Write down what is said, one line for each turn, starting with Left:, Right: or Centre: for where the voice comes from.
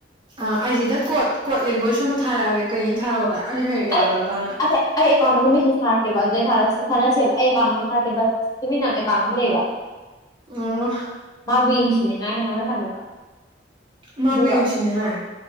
Right: ꯑ ꯑꯩꯁꯤꯗ ꯀꯣꯠ ꯀꯣꯠ ꯂꯦꯡꯒ꯭ꯋꯦꯖ ꯑꯃ ꯊꯥꯔꯛꯑꯒꯦ ꯀꯩꯅꯅ ꯊꯥꯔꯛꯑꯒ ꯑꯩꯅ ꯍꯦꯛ
Left: ꯑꯩ
Right: ꯌꯥꯈ꯭ꯔꯀꯥꯟꯗ
Left: ꯑꯇꯩ ꯑꯩ ꯑꯦꯀꯥꯎꯟ ꯑꯃ ꯃꯦꯁꯦꯖ ꯊꯥꯛꯦꯕ ꯑꯗꯨꯗꯩ ꯊꯥꯔꯛꯁꯨ ꯈꯟꯅꯁꯦꯕ ꯑꯩ ꯑꯦꯀꯥꯎꯟ ꯑꯃ ꯊꯔꯛꯀꯦꯕ ꯇꯨꯃꯤꯟꯅ ꯑꯦꯀꯥꯎꯟ ꯑꯃ ꯂꯩꯕ
Right: ꯑꯣ
Left: ꯃꯥꯕꯨ ꯌꯦꯡꯁꯤꯅꯤꯉꯥꯏ ꯍꯥꯏꯦꯟꯅ ꯑꯃ ꯊꯝꯃꯦꯕ
Right: ꯃꯥꯕꯨ
Left: ꯑꯗꯨꯒ
Right: ꯌꯦꯡꯁꯤꯟꯅꯤꯡꯉꯥꯏ